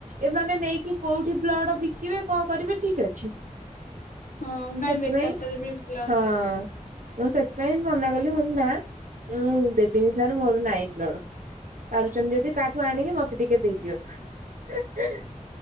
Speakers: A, on the right; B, on the left.
A: ଏମାନେ ନେଇକି କୋଉଠି ବ୍ଲଡ ବିକିବେ କଣ କରିବେ ଠିକି ଅଛି
B: ହଁ
A: ମୁଁ
B: କାହିଁ
A: ସେଥିପାଇଁ,
B: ବେକାରଟାରେ ବି ବ୍ଲଡ
A: ହଁ।
B: ଦବୁ
A: ମୁଁ ସେଥିପାଇଁ ମନା କଲି ମୁଁ କହିଲି ନା ମୁଁ ଦେବିନି ସାର୍ ମୋର ନାଇ ବ୍ଲଡ। ପାରୁଚନ୍ତି ଯଦି କାହାଠୁ ଆଣିକି ମତେ ଟିକେ ଦେଇଦିଅନ୍ତୁ।